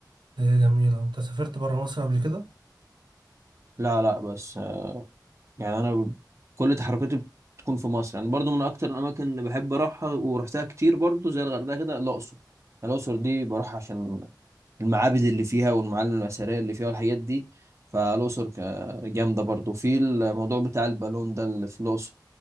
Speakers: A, on the right; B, on the right.
A: هي جميلة أنت سافرت برا مصر قبل كده؟
B: لا لا بس يعني انا ب- كل تحركاتي بتكون في مصر يعني برضو من اكتر الاماكن اللي بحب اروحها ورحتها كتير برضو زي الغردقه كده الاقصر الاقصر دي بروح عشان المعابد اللي فيها والمعالم الاثريه اللي فيها والحاجات دي فالاقصر ك- جامده برضو في الموضوع بتاع البالون ده اللي في الاقصر